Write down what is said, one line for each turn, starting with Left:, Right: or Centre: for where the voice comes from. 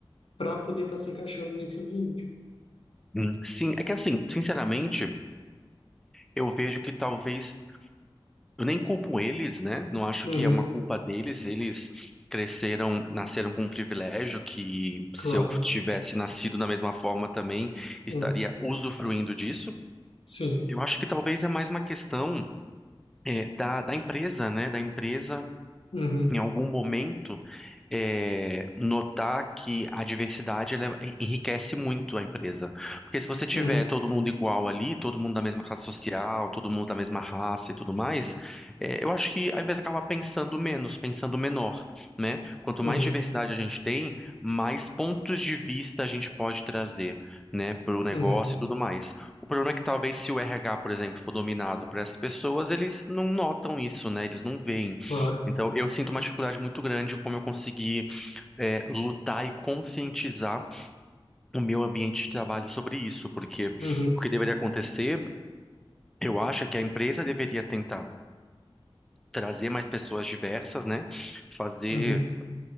Left: para poder estar se encaixando nesse ambiente.
Centre: Hum, Sim, é que assim, sinceramente, eu vejo que talvez eu nem culpo eles, né? Não acho
Left: Uhum,
Centre: que é uma culpa deles. Eles cresceram, nasceram com um privilégio que se
Left: claro.
Centre: eu tivesse nascido da mesma forma também estaria
Left: Uhum,
Centre: usufruindo disso.
Left: sim.
Centre: Eu acho que talvez é mais uma questão eh, da, da empresa, né? Da empresa
Left: Uhum.
Centre: em algum momento é, notar que a diversidade ela é- enriquece muito a empresa. Porque se você tiver
Left: Uhum,
Centre: todo mundo igual ali, todo mundo da mesma classe social, todo mundo da mesma raça e tudo mais, é, eu acho que a empresa acaba pensando menos, pensando menor, né? Quanto
Left: uhum,
Centre: mais diversidade a gente tem, mais pontos de vista a gente pode trazer, né, para o negócio
Left: uhum,
Centre: e tudo mais. O problema é que talvez se o RH, por exemplo, for dominado por essas pessoas, eles não notam isso, né? Eles não veem.
Left: claro.
Centre: Então, eu sinto uma dificuldade muito grande em como eu conseguir é, lutar e conscientizar o meu ambiente de trabalho sobre isso, porque
Left: Uhum,
Centre: o que deveria acontecer, eu acho, é que a empresa deveria tentar trazer mais pessoas diversas, né? Fazer.
Left: uhum.